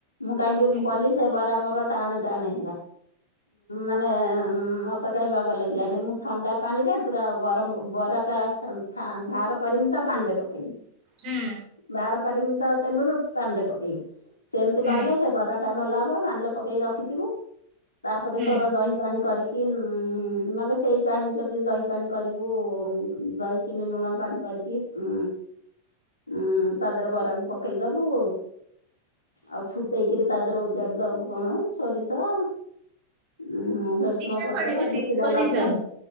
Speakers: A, on the left; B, on the right.
A: ମୁଁ କାହିଁକି
B: ହୁଁ
A: କଲି ସେ ବରା ମୋର ଟାଣେ ଟାଣେ ହେଲା ମାନେ ତ କାହିଁ ବାଗ ଲାଗିଲାନି ମୁଁ ଥଣ୍ଡା ପାଣିରେ ପୁରା ଗରମ ବରାଟା ଚା ବାହାର କରିମି ତ ପାଣି ପକେ କେଇମି
B: ହୁଁ
A: ବାହାର କରମି ତ ତେଲରୁଛି ପାଣିରେ ପକେଇବି ସେମିତି
B: ହୁଁ
A: କଲେ ସେ ବରା ଟା ଭଲ ହବ ପାନିରେ ପକେଇକି ରଖିଥିବୁ ତାପରେ
B: ହୁଁ
A: ତୋର ଦହି ପାଣି କରିକି ନହେଲେ ସେଇ ପାଣି ଯଦି ଦହି ପାଣି କରିବୁ ଦହି ଚିନି ଲୁଣ ପାଣି କରିକି ଉ ଉୁଁ ତା ଦେହରେ ବରାକୁ ପକେଇଦବୁ ଆଉ ଫୁଟେଇକରି ତା ଦେର ଓଜାଡି ଦବୁ କଣ ସୋରିଷ ଉଁ ଭେରସୁମା
B: ଜିରା
A: ପତର
B: ପଡିବନି
A: ଶୁଖିଲା
B: ସୋରିଷ
A: ଲଙ୍କା।